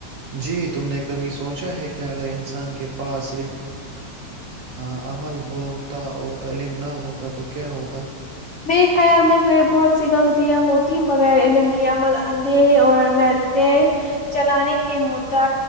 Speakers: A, on the right (about 55°); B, on the left (about 60°).
A: جی تم نے کبھی سوچا ہے کہ اگر ان سان کے پاس صرف ہاں عمل ہوتا اور علم نہ ہوتا تو کیا ہوتا
B: میرے خیال میں پھر بہت سی غلطیاں ہوتی بغیر علم کی عمل اندھیرے اور مت چلانے کے مدا